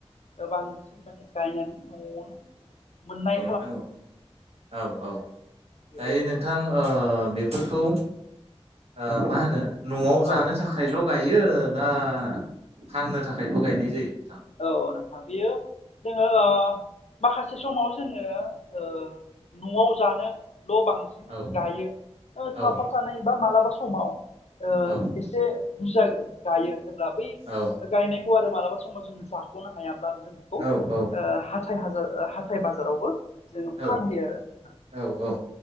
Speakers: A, on the left (about 80°); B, on the right (about 70°).
A: गोबां बांसिन माने गायनानै न'आवनो मोन्नाय।
B: नांगौ औ औ
A: बेबायदिनो
B: दायो नोंथां
A: जोङो
B: ओ ओ बेफोरखौ ओ मा होनो न'आव जानो
A: औ
B: थाखायल' ग गायो ना फान्नो थाखायबो गायनाय जायो। नोंथां
A: औ नोंथां बेयो जोङो ओ माखासे समाव ज जोङो ओ न'आव जानो ल' बांसिन
B: औ
A: गायो। ओ
B: औ
A: साफा सानै बा मालाबा समाव ओ
B: औ
A: एसे बुरजा गायो जेब्ला बै
B: औ
A: गायनायखौ आरो मालाबा समाव जोंङो खाख'नो हायाब्ला जों बेखौ ओ
B: औ औ
A: हाथाय हाजार, हाथाय बाजारावबो जोङो
B: औ
A: फानहोयो आरो नोंथां
B: औ औ